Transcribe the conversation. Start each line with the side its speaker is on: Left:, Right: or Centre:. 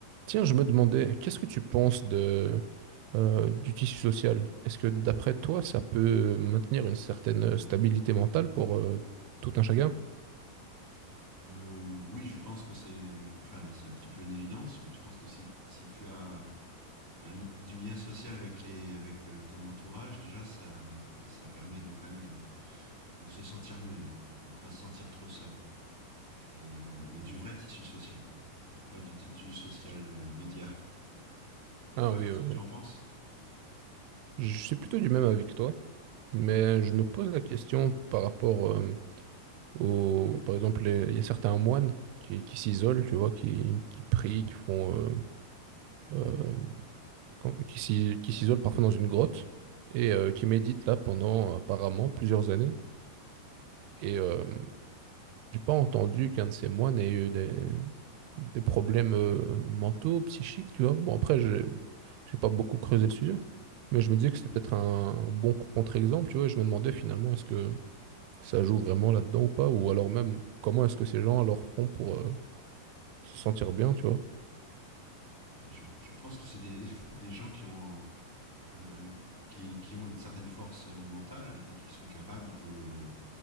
Right: Tiens, je me demandais, qu'est-ce que tu penses de, euh, du tissu social? Est-ce que d'après toi, ça peut maintenir une certaine euh, stabilité mentale pour euh, tout un chacun?
Centre: Euh, oui, je pense que c'est, enfin, c'est un petit peu une évidence, mais je pense que si, si tu as un li- du lien social avec les, avec le- ton entourage, déjà, ça, ça permet de quand même de, de se sentir mieux, de ne pas se sentir trop seul. Et euh, mais du vrai tissu social, Donc, pas du tissu social euh, média. Et
Right: Ah
Centre: toi,
Right: oui,
Centre: qu'est-ce
Right: oui,
Centre: que tu
Right: oui.
Centre: en penses
Right: Je suis plutôt du même avec toi, mais je me pose la question par rapport euh, au, par exemple, les- il y a certains moines qui, qui s'isolent, tu vois, qui, qui prient, qui font, euh, euh, com- qui s'i- qui s'isolent parfois dans une grotte et euh, qui méditent là pendant apparemment plusieurs années. Et euh, J'ai pas entendu qu'un de ces moines ait eu des, des problèmes euh, mentaux, psychiques, tu vois. Bon, après, j'ai j'ai pas beaucoup creusé le sujet, mais je me disais que c'était peut-être un bon contre-exemple, tu vois. et je me demandais finalement, est-ce que ça joue vraiment là-dedans ou pas, ou alors même, comment est-ce que ces gens alors font pour euh, se sentir bien, tu vois.
Centre: Bah, je, je pense que c'est des, <laughs> des gens qui ont euh, qui, qui, ont une certaine force euh, mentale et qui sont capables de,